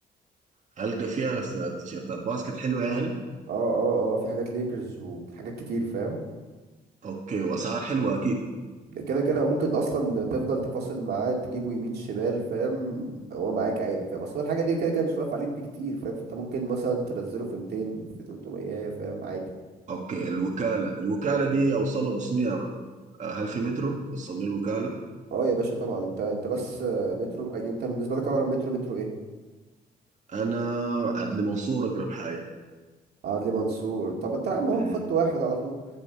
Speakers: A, on the right; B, on the right.
A: هلقى فيها س- تيشيرتات باسكت حلوة يعني
B: اه اه اه في حاجات ليكرز وحاجات كتير فاهم
A: اوكي واسعار حلوة اكيد
B: كده كده وممكن اصلا تفضل تفاصل معاه تجيبه يمين شمال فاهم هو معاك عادي فاهم اصلا الحاجه دي كده كده مش واقف عليه بكتير فاهم فانت ممكن مثلا تنزله في 200 في 300 فاهم عادي
A: اوكي الوكالة الوكالة دي اوصلها بشنو يا مان آه، هل في مترو وصلني الوكالة
B: اه يا باشا طبعا انت انت بس آه، مترو أي- انت بالنسبه لك اقرب مترو مترو ايه
A: انا عدلي منصور اقرب حاجة
B: عدلي منصور طب انت يا عم اهو
A: امم
B: خط واحد على طول